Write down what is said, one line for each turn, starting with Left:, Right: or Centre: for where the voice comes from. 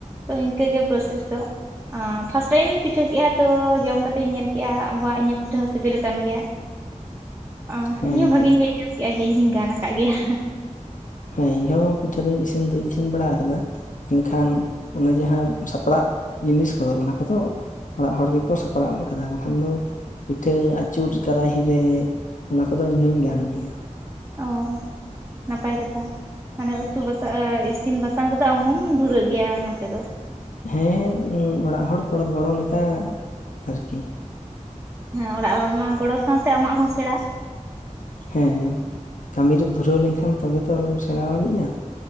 Right: ᱛᱚ ᱤᱱᱠᱟᱹᱜᱮ ᱯᱨᱚᱥᱮᱥ ᱫᱚ ᱯᱷᱟᱥᱴ ᱴᱟᱭᱤᱢ ᱤᱧ ᱯᱤᱴᱷᱟᱹ ᱠᱮᱜᱼᱟ ᱛᱚ ᱡᱚᱢ ᱠᱟᱛᱮᱧ ᱧᱮᱞ ᱠᱮᱜᱼᱟ ᱵᱟ ᱤᱧᱟᱹᱜ ᱯᱤᱴᱷᱟᱹ ᱦᱚᱸ ᱥᱤᱵᱤᱞ ᱠᱟᱱ ᱜᱮᱭᱟ
Left: <inaudible>
Right: ᱟ..
Left: ᱦᱮᱸ
Right: ᱤᱧ ᱦᱚᱸ ᱵᱷᱟᱹᱜᱤᱧ ᱟᱹᱭᱠᱟᱹᱣ ᱠᱮᱜ-ᱟ ᱡᱮ ᱤᱧ ᱦᱚᱧ ᱜᱟᱱ ᱟᱠᱟᱜ ᱜᱮᱭᱟ
Left: ᱦᱮᱸ ᱤᱧᱦᱚᱸ ᱯᱤᱴᱷᱟᱹ ᱫᱚᱧ ᱤᱥᱤᱱ ᱫᱩᱧ ᱤᱥᱤᱱ ᱵᱟᱲᱟ ᱟᱠᱟᱫᱟ ᱢᱮᱱᱠᱷᱟᱱ ᱚᱱᱟ ᱡᱟᱦᱟᱸ ᱥᱟᱯᱲᱟᱜ ᱡᱤᱱᱤᱥ ᱠᱚᱫᱚ ᱚᱱᱟ ᱠᱚᱫᱚ ᱚᱲᱟᱜ ᱦᱚᱲ ᱜᱮᱠᱚ ᱥᱟᱯᱲᱟᱣ ᱟᱠᱟᱫᱟ ᱵᱟᱠᱷᱟᱱ ᱫᱚ ᱯᱤᱴᱷᱟᱹ ᱟᱹᱪᱩᱨ ᱠᱟᱨᱟᱦᱤᱨᱮ ᱚᱱᱟ ᱠᱚᱫᱚ ᱤᱧ ᱦᱚᱧ ᱜᱟᱱ ᱜᱮᱭᱟ <inaudible>
Right: ᱚ ᱱᱟᱯᱟᱭ ᱠᱟᱛᱷᱟ ᱦᱟᱱᱮ ᱩᱛᱩ ᱵᱟᱥᱟᱝ ᱤᱥᱤᱱ ᱵᱟᱥᱟᱝ ᱨᱮᱫᱚ ᱟᱢ ᱦᱚᱢ ᱫᱷᱩᱨᱟᱹᱜ ᱜᱮᱭᱟ ᱱᱟᱥᱮ ᱫᱚ᱾
Left: ᱦᱮᱸ ᱚᱲᱟᱜ ᱦᱚᱲ ᱠᱚ ᱜᱚᱲᱚ ᱞᱮᱠᱟ ᱟᱨᱠᱤ
Right: ᱦᱮᱸ ᱚᱲᱟᱜ ᱦᱚᱲ ᱢᱟ ᱜᱚᱲᱚ ᱥᱟᱶᱛᱮ ᱟᱢᱟᱜ ᱦᱚᱸ ᱥᱮᱬᱟ
Left: ᱦᱮᱸ ᱠᱟᱹᱢᱤ ᱨᱮ ᱫᱷᱩᱨᱟᱹᱣ ᱞᱮᱱᱠᱷᱟᱱ ᱛᱚᱵᱮ ᱛᱚ ᱥᱮᱬᱟᱣ ᱟᱹᱱᱤᱡᱼᱟ